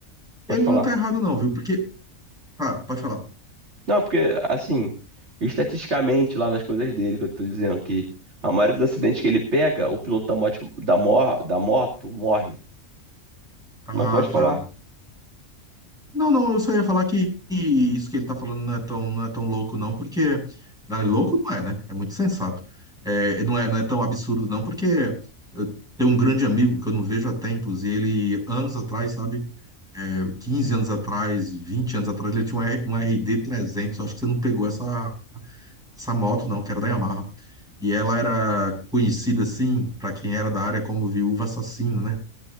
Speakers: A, on the right; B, in the centre.
A: Pode
B: ele
A: falar.
B: não tá errado, não, viu? Porque. Tá, pode falar.
A: Não, porque assim, estatisticamente lá nas coisas dele que eu tô dizendo que a maioria dos acidentes que ele pega, o piloto da moto, da, mor da moto morre.
B: Ah,
A: Mas pode falar.
B: tá. Não, não, eu só ia falar que que isso que ele tá falando não é tão, não é tão louco, não, porque. Não, louco não é, né? É muito sensato. É, não é, não é tão absurdo, não, porque eu tenho um grande amigo que eu não vejo há tempos, e ele, anos atrás, sabe? é, 15 anos atrás, 20 anos atrás, ele tinha um, R- um RD300. Eu acho que você não pegou essa, essa moto, não, que era da Yamaha. E ela era conhecida, assim, para quem era da área, como viúva assassina, né?